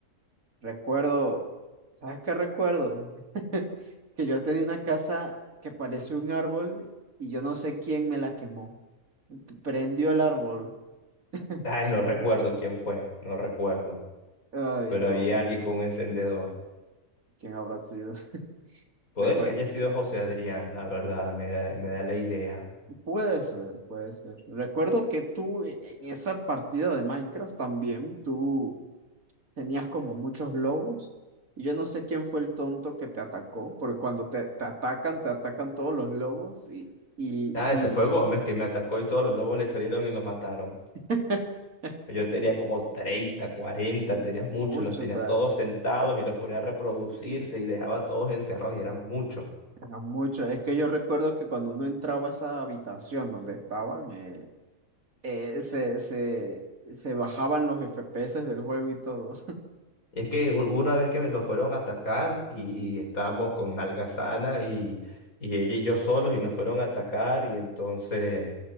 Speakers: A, on the right (about 80°); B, on the left (about 90°).
A: Recuerdo, ¿sabes qué recuerdo? <laughs> Que yo tenía una casa que parece un árbol y yo no sé quién me la quemó. T- Prendió el árbol. <laughs>
B: Ay, no recuerdo quién fue. No recuerdo.
A: Ay,
B: pero
A: no,
B: había alguien con un encendedor.
A: ¿quién habrá sido? <laughs>
B: Puede
A: Recuerdo,
B: que haya sido José Adrián, la verdad, me da, me da la idea.
A: puede ser, puede ser. Recuerdo que tú e- en esa partida de Minecraft también, tú tenías como muchos lobos y yo no sé quién fue el tonto que te atacó, porque cuando te, te atacan, te atacan todos los lobos y, y
B: Ah,
A: l-
B: ese fue Gómez que me atacó y todos los lobos le salieron y lo mataron.
A: <laughs>
B: Yo tenía como 30 40
A: mu-
B: tenía muchos,
A: mucho,
B: los tenía
A: o sea,
B: todos sentados y los ponía a reproducirse y dejaba a todos encerrados y eran muchos.
A: era mucho. Es que yo recuerdo que cuando uno entraba a esa habitación donde estaban, eh, eh, se, se, se bajaban los FPS del juego y todo.
B: Y es que hu- una vez que me- nos fueron a atacar y, y estábamos con Algazana y, y ella y yo solos y nos fueron a atacar y entonces